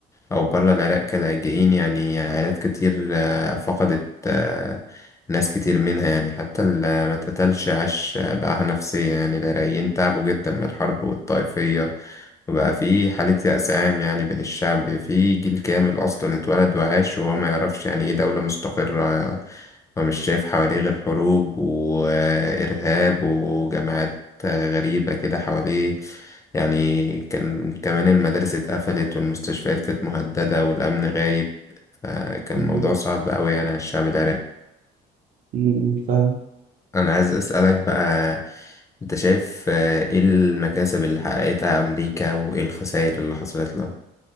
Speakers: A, on the left; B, on the right.
A: أو برا العراق كلاجئين يعني عائلات كتير آه، فقدت آه، ناس كتير منها يعني حتى اللي ما اتقتلش عاش بقاها نفسية يعني العراقيين تعبوا جدا من الحرب والطائفية وبقى في حالة يأس عام يعني بين الشعب في جيل كامل أصلا اتولد وعاش وهو ما يعرفش يعني إيه دولة مستقرة ومش شايف حواليه غير حروب وإرهاب وجماعات آه، غريبة كده حواليه يعني كان كمان المدارس اتقفلت والمستشفيات كانت مهددة والأمن غايب فكان
B: مم.
A: الموضوع صعب أوي يعني على الشعب العراقي
B: مم. فاهمك
A: أنا عايز أسألك بقى أنت شايف آه، إيه المكاسب اللي حققتها أمريكا وإيه الخسائر اللي حصلت لها؟